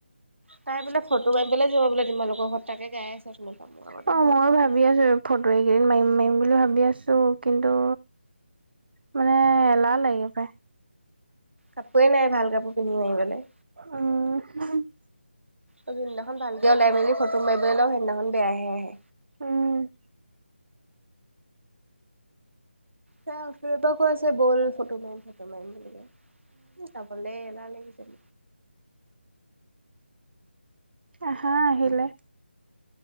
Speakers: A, on the right; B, on the right.
A: তাই বোলে ফটো গাই পেলে যাব বোলে তোমালোকৰ ঘৰত তাকে গাই আছে অথনীৰ পৰা মূৰ আগত
B: অ', ময়ো ভাবি
A: <unintelligible>
B: আছো ফটো এইকেইদিন মাৰিম, মাৰিম বুলি ভাবি আছোঁ কিন্তু মানে এলাহ লাগে পায়।
A: কাপোৱে নাই ভাল কাপোৰ পিন্ধিবৰ কাৰনে।
B: উম, <unintelligible>
A: অ'যোনদিনাখন ভালকে ওলাই মেলি ফটো মাৰিবলৈ লওঁ সেইদিনাখন বেয়াহে আহে।
B: উম,
A: সেয়ে অথনীৰ পৰা কৈ আছে বল ফটো মাৰিম, ফটোমাৰিম বুলিকে। উম, যাবলে এলাহ লাগিছে
B: আহা আহিলে।